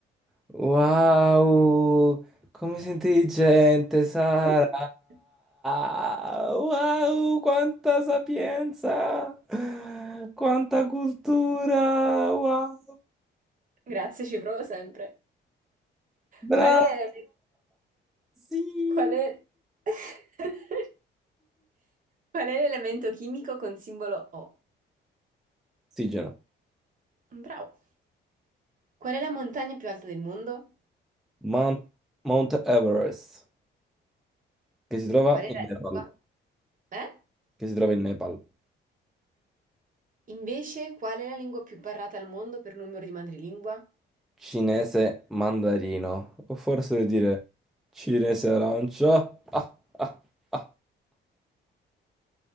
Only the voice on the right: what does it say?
<laughs>
Grazie, ci provo sempre.
Qual è,
qual è... <laughs> Qual è l'elemento chimico con simbolo O?
Bravo. Qual è la montagna più alta del mondo?
Qual è
la
lingua? Eh?
Invece, qual è la lingua più parlata al mondo per numero di madrelingua?
Eh,